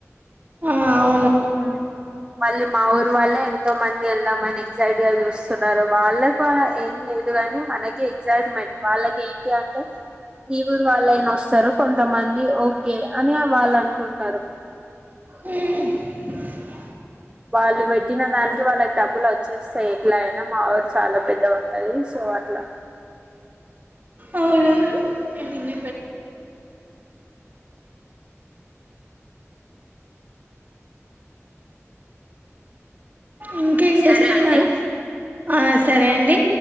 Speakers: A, on the right; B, on the right.
A: ఆ అవును
B: మ్ మళ్ళీ మా ఊరు వాళ్ళె ఎంతో మంది వెళ్దామని ఎగ్జైట్ గా చూస్తున్నారు వాళ్ళకు ఏం లేదు గాని మనకి ఎగ్జైట్మెంట్ వాళ్ళకి ఏంటి అంటే ఈ ఊరు వాళ్ళయినా వస్తారు కొంతమంది ఓకే అని వాళ్ళు అనుకుంటారు
A: మ్
B: వాళ్ళు పెట్టిన దానికి వాళ్ళకు డబ్బులు వచ్చేస్తాయి ఎట్లా అయినా మా ఊరు చాలా పెద్దగాఉంటది సో అట్లా
A: అవును అవును ఇంకేం
B: సరే
A: చేస్తున్నారు
B: అండి
A: ఆ సరే అండి